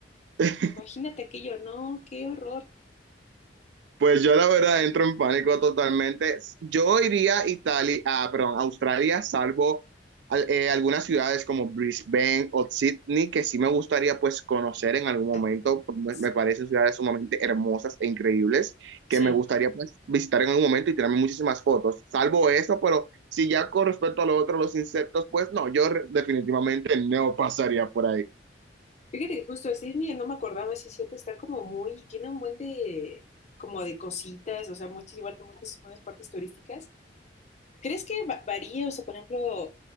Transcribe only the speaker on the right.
<laughs>
Pues yo la verdad entro en pánico totalmente. Yo iría a Italia, ah, perdón, a Australia, salvo al- eh, algunas ciudades como Brisbane o Sydney, que sí me gustaría pues conocer en algún momento.
Pues, me,
me parecen ciudades sumamente hermosas e increíbles
que me gustaría pues visitar en algún momento y tirarme muchísimas fotos. Salvo eso, pero si ya con respecto a lo otro, los insectos, pues no, yo re- definitivamente no pasaría por ahí.